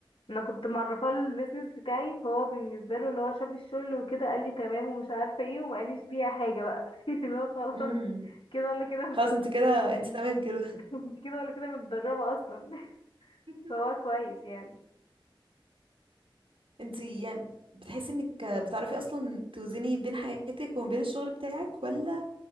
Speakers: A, on the left; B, on the right.
A: انا كنت معرفاه البيزنس بتاعي فهو بالنسبه له اللي هو شاف الشغل وكده قال لي تمام ومش عارفه ايه وما قاليش بيها حاجه بقى <laughs> اللي هو خلاص
B: امم
A: كده ولا كده مصدق
B: خلاص انت كده انت تمام كده
A: <laughs> انت كده ولا كده متدربه اصلا <laughs>
B: <laughs>
A: فهو كويس يعني
B: انت يعني بتحسي انك بتعرفي اصلا توزني بين حياتك وما بين الشغل بتاعك ولا